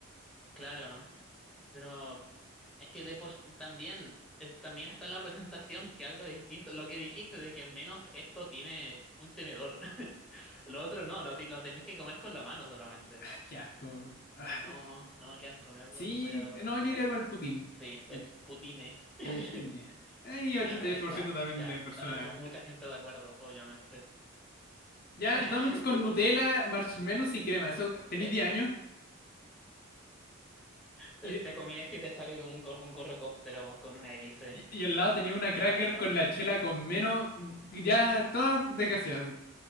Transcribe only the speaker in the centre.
Claro, pero es que de por sí también, eh, también está en la presentación que algo distinto. Lo que dijiste de que al menos esto tiene un tenedor. <laughs> Lo otro no, lo, ti- lo tenés que comer con la mano solamente.
Y no, no, qué asco, eh,
voy a votar
por
esto.
Sí, el
putine. <laughs>
Claro, ahí está,
ya.
Ta- mu- mucha gente de acuerdo, obviamente.
<laughs>
Eh,
Te
te comí esto y te sale como un, cor- un gorrocóptero con una hélice
y
la paleta.